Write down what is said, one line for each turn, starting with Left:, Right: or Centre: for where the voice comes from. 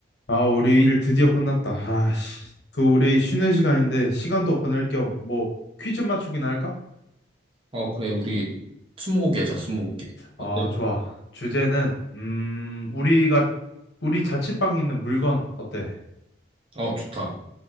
Left: 아, 우리 일 드디어 끝났다. 아, 씨. 그 우리 쉬는 시간인데 시간도 보낼 겸 뭐 퀴즈 맞추기나 할까?
Right: 어, 그래, 우리 스무고개 하자, 스무고개. 어때?
Left: 아, 좋아. 주제는 음, 우리가 우리 자취방에 있는 물건 어때?
Right: 어, 좋다.